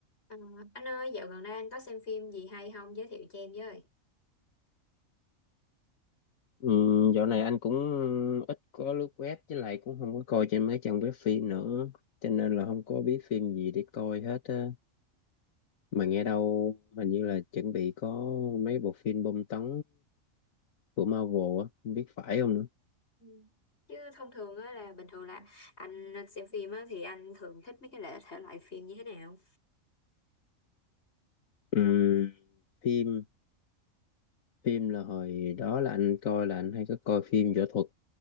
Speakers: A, on the left; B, on the left.
A: Ờ, anh ơi, dạo gần đây anh có xem phim gì hay không giới thiệu cho em với.
B: Ừ, dạo này anh cũng ít có lướt web với lại cũng không có coi trên mấy trang web phim nữa cho nên là không có biết phim gì để coi hết á mà nghe đâu hình như là chuẩn bị có mấy bộ phim bom tấn của Marvel á không biết phải không nữa
A: Ừ. Chứ thông thường á là bình thường là anh xem phim á thì anh thường thích mấy cái lễ thể loại phim như thế nào?
B: ừ, phim phim là hồi đó là anh coi là anh hay có coi phim võ thuật